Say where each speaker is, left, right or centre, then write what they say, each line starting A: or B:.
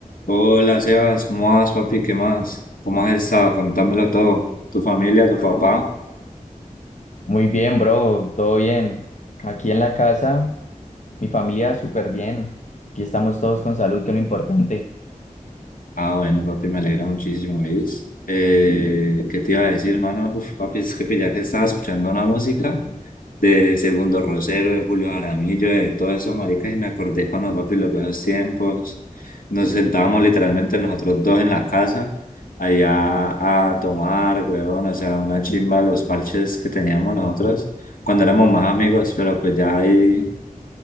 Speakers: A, on the left; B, on the left.
A: Hola Sebas, ¿cómo vas, papi? ¿Qué más? ¿Cómo has estado? Contámelo todo. ¿Tu familia, tu papá?
B: Muy bien, bro, todo bien. Aquí en la casa, mi familia súper bien. Aquí estamos todos con salud, que es lo importante. <laughs>
A: Ah, bueno, papi, me alegra muchísimo, ¿ves? Eh, ¿qué te iba a decir, hermano? Uf, papi, es que ya que estaba escuchando una música de Segundo Rosero, de Julio Jaramillo, de todo eso, maricas, y me acordé cuando, papi, los viejos tiempos, nos sentábamos literalmente nosotros dos en la casa, allá a tomar, huevón, o sea, una chimba, los parches que teníamos nosotros cuando éramos más amigos, pero pues ya ahí,